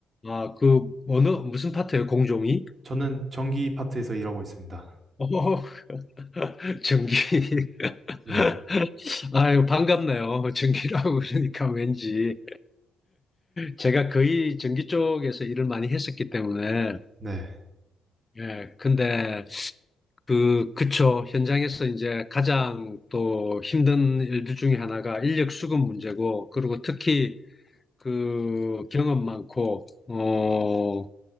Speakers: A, on the left; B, on the right.
A: 아, 그 어느 무슨 파트예요? 공종이?
B: 저는 전기 파트에서 일하고 있습니다.
A: 어, <laughs> 전기. <laughs>
B: 네,
A: 아유, 반갑네요. 전기라고 그러니까 왠지. 제가 거의 전기 쪽에서 일을 많이 했었기 때문에.
B: 네.
A: 예, 근데 그, 그쵸. 현장에서 이제 가장 또 힘든 일들 중에 하나가 인력 수급 문제고, 그리고 특히 그 경험 많고, 어,